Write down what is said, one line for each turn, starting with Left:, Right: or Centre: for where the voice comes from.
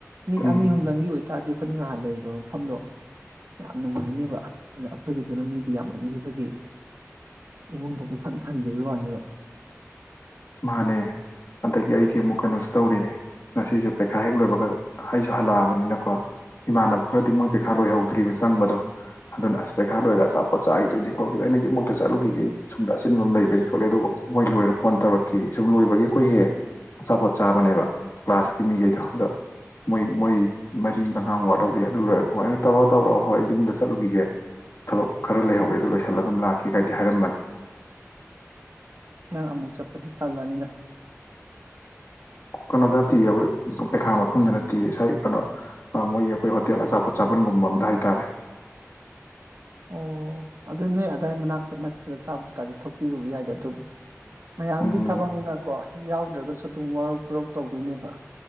Right: ꯃꯤ
Left: ꯎꯝ
Right: ꯑꯅꯤ ꯑꯨꯝꯗꯪꯒꯤ ꯑꯣꯏ ꯇꯇꯥꯔꯗꯤ ꯑꯩꯈꯣꯏꯅ ꯉꯍꯥꯟ ꯂꯩꯔꯤꯕ ꯃꯐꯝꯗꯣ ꯌꯥꯝ ꯅꯨꯡꯉꯥꯏꯅꯦꯕ ꯑꯗ ꯑꯩꯈꯣꯏꯒꯤꯗꯨꯅ ꯃꯤꯗꯤ ꯌꯥꯝꯃꯕꯤꯕꯒꯤ ꯏꯃꯨꯡꯗꯣ ꯄꯛꯊꯠ ꯊꯍꯟꯈꯤꯕꯒꯤ ꯋꯥꯅꯦꯕ
Left: ꯃꯥꯅꯦ ꯑꯗꯒꯤ ꯑꯩꯗꯤ ꯑꯃꯨꯛ ꯀꯩꯅꯣꯁꯨ ꯇꯧꯔꯤꯅꯦ ꯉꯁꯤꯁꯦ ꯄꯩꯈꯥ ꯍꯦꯛ ꯂꯣꯏꯕꯒ ꯑꯩꯁꯨ ꯍꯜꯂꯛꯑꯕꯅꯤꯅꯀꯣ ꯏꯃꯥꯟꯅꯕ ꯈꯔꯗꯤ ꯃꯣꯏ ꯄꯩꯈꯥ ꯂ ꯑꯣꯏꯍꯧꯗ꯭ꯔꯤꯕ ꯆꯪꯕꯗꯣ ꯑꯗꯨꯅ ꯑꯁ ꯄꯩꯈꯥ ꯂꯣꯏꯔꯒ ꯆꯞꯄ ꯆꯥꯈꯤꯗꯣꯏꯅꯦ ꯈꯔꯈꯤꯗꯣꯏ ꯑꯩꯅ ꯌꯨꯝꯃꯛꯇ ꯆꯠꯂꯨꯈꯤꯈꯩ ꯁꯣꯨꯝꯗ ꯑꯆꯤꯟꯕ ꯑꯃ ꯂꯩꯕꯅꯤ ꯊꯣꯛꯂꯦ ꯑꯗꯨꯒ ꯃꯣꯏ ꯂꯣꯏꯔ ꯐꯣꯟ ꯇꯧꯔꯛꯀꯦ ꯀꯤ ꯁꯨꯝ ꯂꯣꯏꯕꯒꯤ ꯑꯩꯈꯣꯏ ꯍꯦꯛ ꯍꯦꯛ ꯑꯆꯥꯄꯣꯠ ꯆꯥꯕꯅꯦꯕ ꯀ꯭ꯂꯒꯥꯁꯀꯤ ꯃꯤꯈꯩꯗꯣ
Right: ꯑꯣ
Left: ꯑꯗꯣ ꯃꯣꯏ ꯃꯣꯏ ꯃꯔꯤ ꯃꯉꯥ ꯋꯥꯠꯍꯧꯔꯤ ꯑꯗꯨ ꯂꯣꯏꯔꯦ ꯑꯩꯈꯣꯏ ꯑꯩꯅ ꯇꯧꯔ ꯇꯧꯔꯛꯑꯣ ꯍꯣꯏ ꯑꯩ ꯌꯨꯝꯗ ꯆꯠꯂꯨꯈꯤꯒꯦ ꯊꯕꯛ ꯈꯔ ꯂꯩꯍꯧꯋꯦ ꯑꯗꯨ ꯂꯣꯏꯁꯜꯂ ꯑꯗꯨꯝ ꯂꯥꯛꯀꯦ ꯀꯥꯏꯗꯤ ꯍꯥꯏꯔꯝꯕꯅꯤ
Right: ꯅꯪ ꯑꯃꯨꯛ ꯆꯠꯄꯗꯤ ꯇꯜꯂꯅꯤꯗ
Left: ꯀꯩꯅꯣꯗ ꯅꯇꯤꯌꯦ ꯑꯣꯏ ꯄꯩꯈꯥ ꯃꯐꯝꯗ ꯅꯇꯤꯌꯦ ꯁ꯭ꯋꯥꯏ ꯀꯩꯅꯣ ꯑ ꯃꯣꯏꯒꯤ ꯑꯩꯈꯣꯏ ꯍꯣꯇꯦꯜ ꯑꯆꯥꯄꯣꯠ ꯆꯥꯕꯟꯒꯨꯝꯕ ꯑꯝꯗ ꯍꯥꯏꯇꯥꯔꯦ
Right: ꯑꯣ ꯑꯗꯨ ꯅꯣꯏ ꯑꯗꯥꯏ ꯃꯅꯥꯛꯇ ꯅꯛꯄꯗ ꯆꯥꯕ ꯇꯥꯔꯗꯤ ꯊꯣꯛꯄꯤꯔꯨꯕ ꯌꯥꯏꯗ ꯑꯗꯨꯕꯨꯗꯤ ꯃꯌꯥꯝꯒꯤ
Left: ꯎꯝ
Right: ꯊꯕꯛꯅꯤꯅꯀꯣ ꯍꯦꯛ ꯌꯥꯎꯗ꯭ꯔꯒꯁꯨ ꯑꯗꯨꯝ ꯋꯥꯔꯧ ꯄꯨꯔꯧ ꯇꯧꯗꯣꯏꯅꯦꯕ